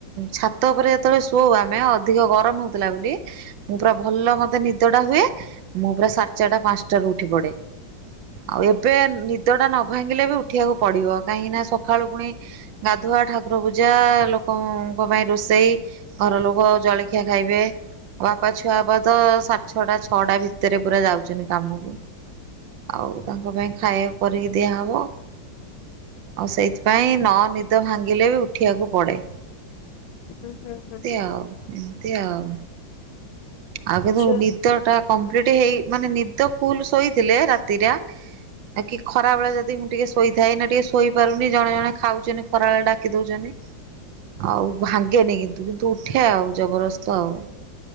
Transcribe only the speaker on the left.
ଆଛା
ହୁଁ ହୁଁ ହୁଁ
ଆଛା